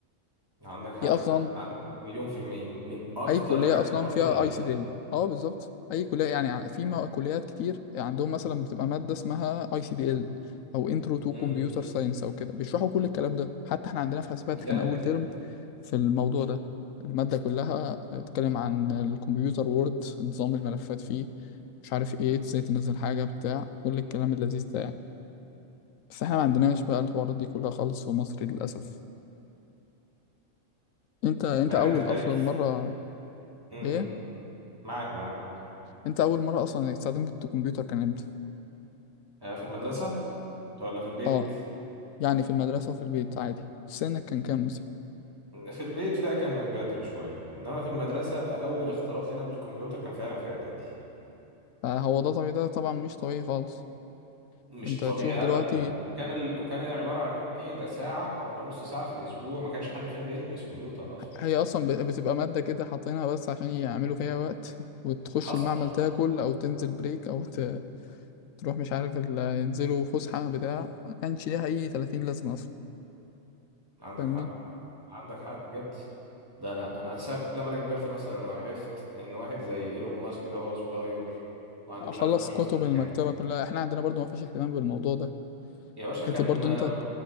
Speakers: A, on the right; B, on the left.
A: عندك حق
B: هي اصلا
A: عندك حق مليون في المية من اكتر
B: اي كليه
A: الحاجات
B: اصلا
A: القاتله
B: فيها اي سي ديل اه بالظبط اي كليه يعني ع- في م- كليات كتير عندهم مثلا بتبقى ماده اسمها اي سي دي ال او انترو تو
A: امم
B: كمبيوتر ساينس او كده بيشرحوا كل الكلام ده حتى احنا عندنا في حسابات
A: جامد
B: كان اول ترم في الموضوع ده الماده كلها بتتكلم عن الكمبيوتر وورد نظام الملفات فيه مش عارف ايه ازاي تنزل حاجه بتاع كل الكلام اللذيذ ده يعني بس احنا ما عندناش بقى الحوارات دي كلها خالص في مصر للاسف انت انت
A: يعني
B: اول
A: انت شايف
B: اصلا مره
A: امم
B: ايه
A: معاك معاك
B: انت اول مره اصلا استخدمت الكمبيوتر كان امتى
A: آه، في المدرسة ولا في البيت
B: اه يعني في المدرسة وفي البيت عادي سنك كان كام مثلا
A: في البيت لا كان من بدري شوية إنما في المدرسة أول اختلاط لنا بالكمبيوتر كان فعلا في إعدادي
B: فهو ده طبيعي ده طبعا مش طبيعي خالص
A: مش
B: انت
A: طبيعي
B: تشوف دلوقتي
A: أبدا وكان ال... وكان عبارة عن إيه ده ساعة ولا نص ساعة في الأسبوع ما كانش حد فينا بيلمس كمبيوتر أصلا
B: هي اصلا ب- بتبقى مادة كده حاطينها بس عشان يعملوا فيها وقت وتخش
A: حصل
B: المعمل تاكل او تنزل بريك او ت- تروح مش عارف ال- ينزلوا فسحة بتاع ما كانش ليها اي 30 لازمة اصلا
A: عندك
B: فاهمني
A: حق عندك حق بجد ده أنا أنا ساعة لما أنا كبرت مثلا وعرفت إن واحد زي إيلون ماسك ده وهو صغير وعنده
B: اخلص
A: مش عارف 12
B: كتب
A: سنة
B: المكتبة
A: كان
B: كلها احنا عندنا برضو ما فيش اهتمام بالموضوع ده
A: يا باشا
B: حتى
A: كان ما...
B: برضو انت